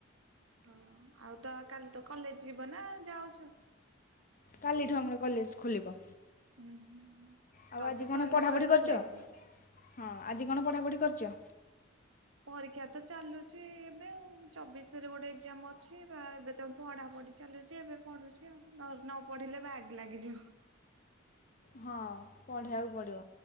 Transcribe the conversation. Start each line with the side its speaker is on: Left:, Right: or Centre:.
Right: ହଁ ଆଉ ତ କାଲି ତ କଲେଜ ଯିବ ନା ଯାଉଛୁ।
Left: କାଲିଠୁ ଆମର କଲେଜ ଖୋଲିବ।
Right: ହୁଁ ହୁଁ।
Left: ଆଉ
Right: ରଜ
Left: ଆଜି କ'ଣ
Right: ସରିଲା
Left: ପଢ଼ାପଢ଼ି
Right: ପରେ
Left: କରିଛ
Right: ଖଲେଜ।
Left: ହଁ ଆଜି କଣ ପଢ଼ାପଢ଼ି କରିଛ।
Right: ପରୀକ୍ଷା ତ ଚାଲୁଛି ଏବେ ଆଉ ଚବିଶରେ ଗୋଟେ ଏକ୍ଜାମ ଅଛି ବା ଏବେ ତ ପଢା ପଢି ଚାଲୁଛି ଏବେ ପଢୁଛି ଆଉ ନ ନ ପଢିଲେ ବ୍ୟାଗ୍ ଲାଗିଯିବ।
Left: ହଁ। ପଢ଼ିବାକୁ ପଡ଼ିବ